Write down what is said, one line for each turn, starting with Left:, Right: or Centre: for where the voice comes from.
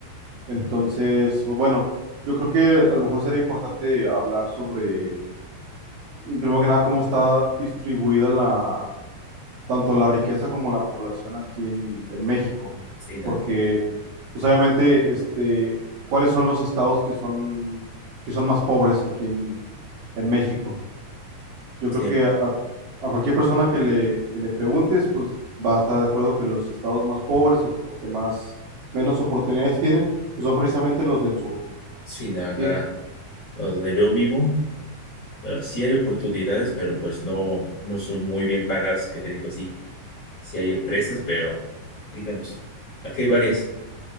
Right: Entonces, bueno, yo creo que a lo mejor sería importante hablar sobre, primero que nada, cómo está distribuida la, tanto la riqueza como la población aquí en, en México,
Left: Sí, da,
Right: porque pues obviamente, este, ¿cuáles son los estados que son, que son más pobres aquí en, en México? Yo creo
Left: sí,
Right: que a, a cualquier persona que le, que le preguntes, pues va a estar de acuerdo que los estados más pobres o que, o que más, menos oportunidades tienen, pues son precisamente los del sur.
Left: sí, da
Right: Sí,
Left: acá o donde yo vivo, pues, sí hay oportunidades, pero pues no, no son muy bien pagas, que te digo así. Sí hay empresas, pero digamos, aquí hay varias